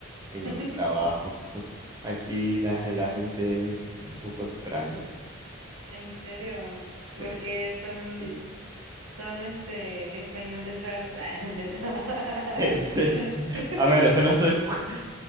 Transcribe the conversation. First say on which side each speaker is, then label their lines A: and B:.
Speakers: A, on the right (about 80°); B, on the right (about 15°).
A: <laughs>
B: en, en el trabajo. <laughs> Aquí
A: Ah,
B: la, la gente es un poco extraña.
A: ¿En serio?
B: Sí.
A: Porque son,
B: <laughs>
A: son este, españoles raros. <laughs> Ah, no es cierto. <laughs>
B: Sí. A ver, eso no se... escucha.